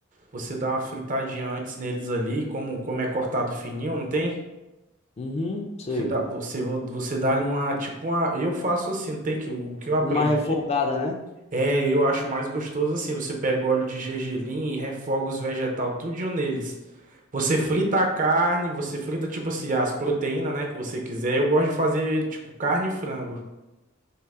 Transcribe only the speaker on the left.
Uhum, sei.
Uma refogada, né?